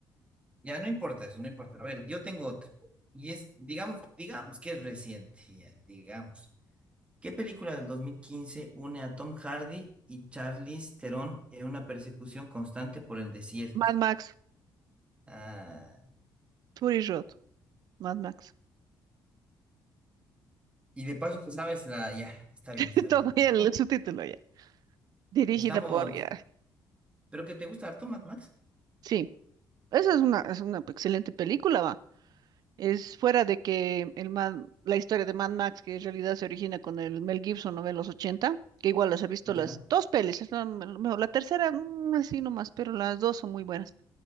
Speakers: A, on the right (about 15°); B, on the right (about 60°).
A: ya no importa eso, no importa. A ver, yo tengo otra. Y es, digamos, digamos que es reciente, ya, digamos. ¿Qué película del 2015 une a Tom Hardy y Charlize Theron en una persecución constante por el desierto?
B: Mad Max,
A: Ah.
B: Fury Road, Mad Max.
A: Y de paso, pues, sabes la. Ya, está
B: <laughs>
A: bien, está
B: Todo
A: bien.
B: ya
A: Es-
B: el subtítulo ya. Dirigida
A: Estamos.
B: por ya.
A: ¿Pero que te gusta harto, Mad Max?
B: Sí. Esa es una, es una excelente película, va. Es fuera de que el Mad- la historia de Mad Max, que en realidad se origina con el Mel Gibson, ¿no? En los 80 que igual las he visto
A: Ya,
B: las dos pelis, es la, mejor, la tercera, mm, así nomás, pero las dos son muy buenas.